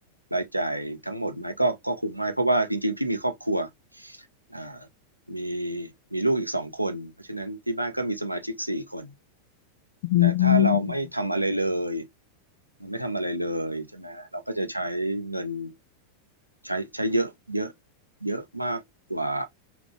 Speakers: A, on the right; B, on the left.
A: รายจ่ายทั้งหมดไหมก็ก็คงไม่เพราะว่าจริงๆพี่มีครอบครัวอ่ามีมีลูกอีกสองคนเพราะฉะนั้นที่บ้านก็มีสมาชิกสี่คน
B: อืม
A: แต่ถ้าเราไม่ทำอะไรเลยเราไม่ทำอะไรเลยใช่ไหมเราก็จะใช้เงินใช้ใช้เยอะเยอะเยอะมากกว่า